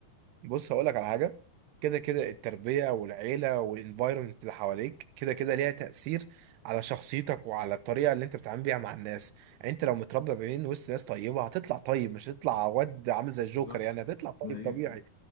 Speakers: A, on the right; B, on the left.
A: بص هقول لك على حاجه كده كده
B: مم.
A: التربيه والعيله والانفايرمنت اللي حواليك كده كده ليها تاثير على شخصيتك وعلى الطريقه اللي انت بتتعامل بيها مع الناس يعني انت لو متربى بين وسط ناس طيبه هتطلع طيب مش هتطلع واد عامل زي
B: بالظبط
A: الجوكر يعني هتطلع طيب
B: أيوه
A: طبيعي